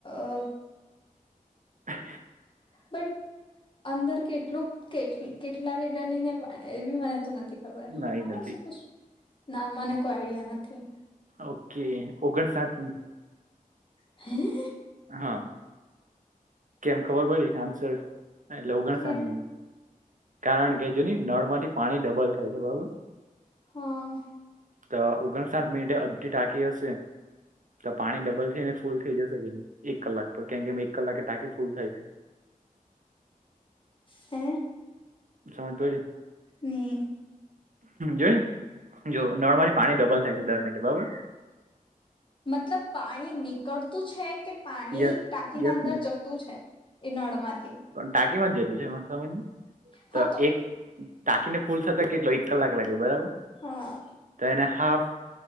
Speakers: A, on the left; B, on the right.
A: અ.
B: હ.
A: બટ અંદર કેટલું કે કેટલા લીટર ની ને. એ બી મને તો નથી ખબર
B: ના
A: હા
B: એ નથી
A: શ ના મને કોઈ આઈડિયા નથી.
B: ઓકે ઓગણસાઠ.
A: હમ.
B: હા કેમ ખબર પડી આન્સર. એટલે ઓગણસાઠ
A: કે
B: મિ કારણ કે જોની નળ માંથી પાણી ડબલ થાય છે બરોબર.
A: હા.
B: તો ઓગણસાઠ મિનિટે અડધી ટાંકી હશે. તો પાણી ડબલ થઈને ફૂલ થઈ જશે કે નહી એક કલાક પર કેમ કે એક કલાકે ટાંકી ફૂલ થાય છે.
A: હે
B: સમજ પયડી
A: ની.
B: જોઈ જો નળમાંથી પાણી ડબલ થાય છે દર મિનટ બરોબર.
A: મતલબ પાણી નીકળતું છે કે. પાણી
B: યસ
A: ટાંકીના
B: યસ
A: અંદર જતું છે એ નળમાંથી.
B: ટાકીમાથી જ જતું છે એમ સમાજ ને
A: હા
B: ત
A: તો
B: એક ટાકીને ફૂલ થતા કેટલો એક કલાક લાગે બરાબર
A: હા
B: તો એને હાફ.